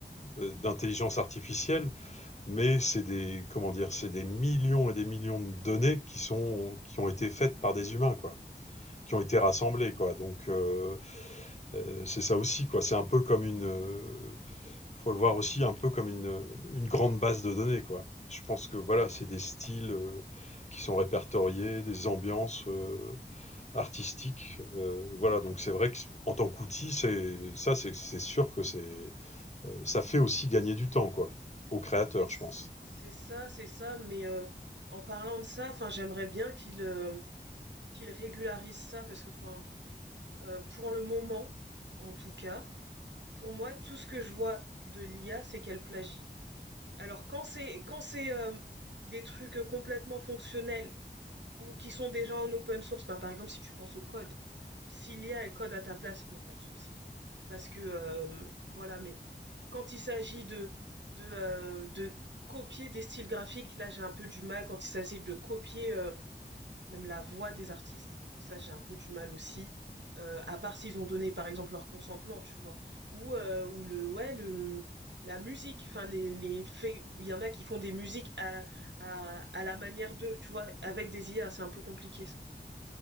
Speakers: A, on the left; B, on the right.
A: euh, d'intelligence artificielle, mais c'est des, comment dire, c'est des millions et des millions de données qui sont, qui ont été faites par des humains, quoi, qui ont été rassemblées, quoi. Donc euh, euh, c'est ça aussi, quoi. C'est un peu comme une, euh, faut le voir aussi un peu comme une, une grande base de données, quoi. Je pense que
B: Mm.
A: voilà, c'est des styles, heu, qui sont répertoriés, des ambiances, heu, artistiques, heu, voilà, donc c'est vrai que en tant qu'outil, c'est ça, c'est c'est sûr que c'est, heu, ça fait aussi gagner du temps, quoi, aux créateurs,
B: C'est
A: je pense.
B: c'est ça, c'est ça. Mais euh, en parlant de ça, enfin, j'aimerais bien qu'il euh, qu'il régularise ça parce que, enfin, euh, pour le moment, en tout cas, pour moi, tout ce que je vois de l'IA, c'est qu'elle plagie. Alors quand c'est quand c'est euh, des trucs complètement fonctionnels ou qui sont déjà en open source. Bah, par exemple, si tu penses au code, si l'I a elle code à ta place, il n'y a pas de souci. Parce que euh, voilà, mais quand il s'agit de de euh, de copier des styles graphiques, là j'ai un peu du mal. Quand il s'agit de copier euh, même la voix des artistes. Ça, j'ai un peu du mal aussi. Euh, à part s'ils ont donné, par exemple, leur consentement, tu vois. Ou, euh, ou le, ouais, le, la musique. Enfin, les, les faits. Il y en a qui font des musiques à, à, à la manière d'eux, tu vois, avec des IA. C'est un peu compliqué, ça.